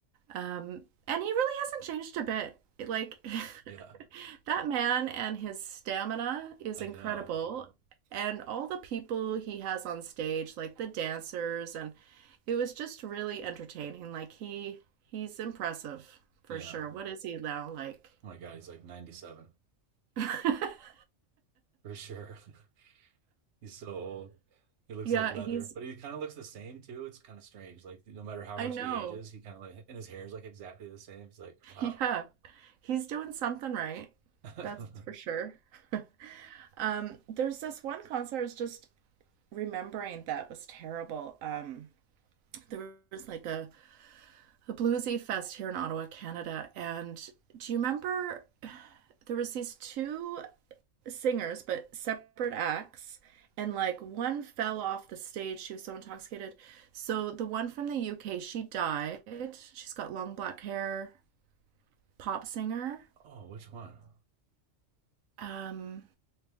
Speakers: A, on the right; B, on the right.
A: Um, and he really hasn't changed a bit. Like <laughs>
B: Yeah,
A: that man and his stamina is
B: I
A: incredible.
B: know.
A: And all the people he has on stage, like the dancers, and it was just really entertaining. Like he he's impressive for
B: Yeah.
A: sure. What is he now like?
B: Oh my God, he's like 97
A: <laughs>
B: for sure. <laughs> He's so old. He looks
A: Yeah,
B: like leather,
A: he's
B: but he kind of looks the same too. It's kind of strange. Like no matter how
A: I
B: much
A: know.
B: he ages, he kind of like and his hair is like exactly the same. It's like,
A: <laughs>
B: wow.
A: Yeah. He's doing something right.
B: <laughs>
A: That's for sure. <laughs> Um, there's this one concert is just remembering that was terrible. Um, there was like a, a bluesy fest here in Ottawa, Canada. And do you remember there was these two singers, but separate acts, and like one fell off the stage. She was so intoxicated. So the one from the UK, she died. She's got long black hair, pop singer.
B: Oh, which one?
A: Um,